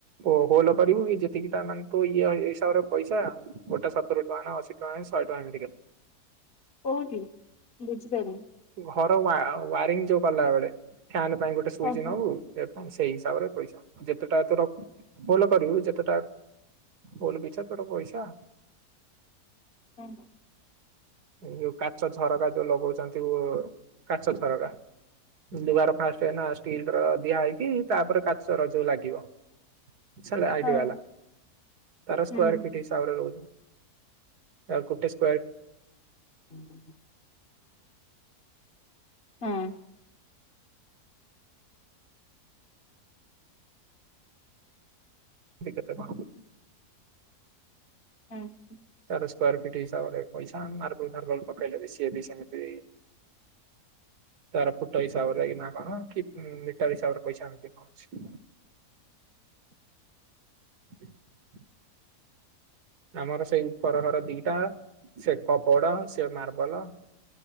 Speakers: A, on the right; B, on the left.
A: ଓ ହୋଲ କରିବୁ କି ଯେତିକିଟା ମାନେ ତୁ ଇଏ ହିସାବରେ ପଇସା। ଗୋଟା ସତୁରୀ ଟଙ୍କା ନା ଅଶୀ ଟଙ୍କା ନା ଶହେ ଟଙ୍କା ଏମିତି କେତେ।
B: କୋଉଠି ବୁଝିପାଇଲି
A: ଘର ୱା ୱାରିଙ୍ଗ ଯୋଉ କଲା ବେଳେ ଫ୍ୟାନ ପାଇଁ ଗୋଟେ ସୁଇଚ
B: ଓହୋ
A: ନଉ।
B: ହୁଁ
A: ସେ ପୁଣି ସେଇ ହିସାବରେ ପଇସା ଯେତେଟା ତୋର ହୋଲ କରିବୁ ଯେତେଟା ହୋଲ ପିଛା ତୋର ପଇସା।
B: ହଁ।
A: ଯୋଉ କାଚ ଝରକା ଯୋଉ ଲଗଉଛନ୍ତି କାଚ ଝରକା ଦୁଆର ଫାଷ୍ଟ, କାହିଁକିନା ଷ୍ଟିଲର ଦିଆ ହେଇକି ତାପରେ କାଚର ଯୋଉ ଲାଗିବ। ସେ ଲାଇଟବାଲା
B: ହଁ
A: ତାରା
B: ହୁଁ
A: ସ୍କୁଆର ଫିଟ ହିସାବରେ ରହୁଛି। ଆ ଗୋଟେ ସ୍କୋୟାର
B: <inaudible> ହୁଁ।
A: ଠିକ୍ କଥା କଣ?
B: ହୁଁ।
A: ତାର ସ୍କୋୟାର ଫିଟ୍ ହିସାବରେ ପଇସା ମାର୍ବଲ ଫାର୍ବଲ ପକେଇଲେ ବି ସିଏ ବି ସେମିତି। ତାର ଫୁଟ ହିସାବରେ ନା କଣ କି ମିଟର ହିସାବରେ ପଇସା ଏମିତି କଣ ଅଛି। <inaudible> ଆମର ସେଇ ଉପର ଘର ଦିଟା ସେ କବଡ ସେ ମାର୍ବଲ